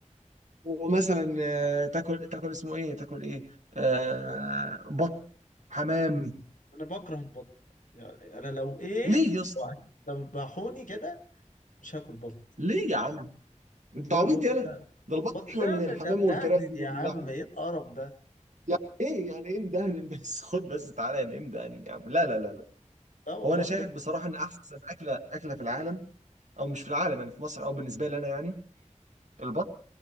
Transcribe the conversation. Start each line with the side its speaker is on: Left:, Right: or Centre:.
Right: ومثلا آه، تاكل تاكل اسمه ايه تاكل ايه آه بط حمام
Left: انا بكره البط يعني انا لو ايه
Right: ليه يا اسطى
Left: لو ذبحوني كده مش هاكل بط
Right: ليه يا عم انت
Left: لا
Right: عبيط
Left: البط
Right: يالا
Left: ده
Right: ده البط
Left: البط
Right: احلى
Left: ده
Right: من
Left: من
Right: الحمام
Left: ده مدهن
Right: والفراخ واللحم
Left: يا عم ايه القرف ده
Right: يعني ايه يعني ايه مدهن بس <laughs> خد بس تعالى يعني ايه مدهن يا عم لا لا لا لا
Left: لا والله
Right: هو انا شايف
Left: بجد
Right: بصراحه ان احسن اكله اكله في العالم او مش في العالم يعني في مصر او بالنسبه لي انا يعني البط